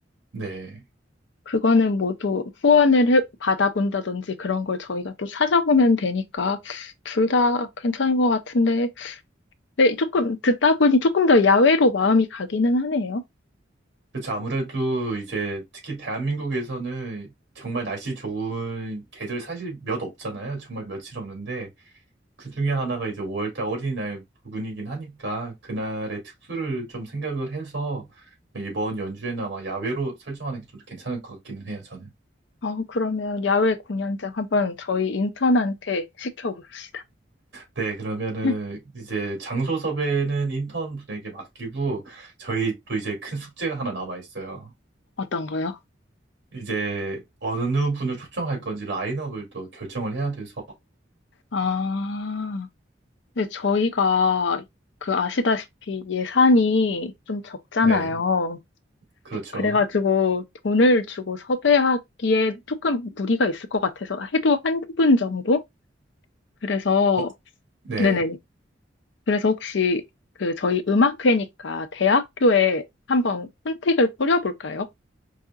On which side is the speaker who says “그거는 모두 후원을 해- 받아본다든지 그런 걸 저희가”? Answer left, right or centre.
Left